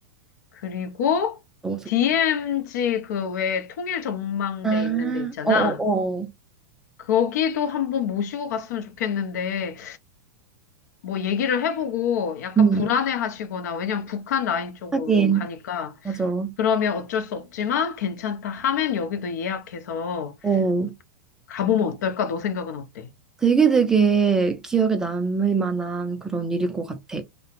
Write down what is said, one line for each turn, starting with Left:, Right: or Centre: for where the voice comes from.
Left: 그리고
Centre: 너무 좋다.
Left: DMZ 그 왜 통일 전망대
Centre: 아,
Left: 있는 데 있잖아.
Centre: 어어어.
Left: 거기도 한번 모시고 갔으면 좋겠는데 뭐 얘기를 해보고 약간
Centre: 음,
Left: 불안해 하시거나 왜냐면 북한 라인 쪽으로
Centre: 하긴,
Left: 가니까
Centre: 맞아.
Left: 그러면 어쩔 수 없지만 괜찮다 하면 여기도 예약해서
Centre: 어,
Left: 가보면 어떨까? 너 생각은 어때?
Centre: 되게 되게 기억에 남을 만한 그런 일일 것 같아.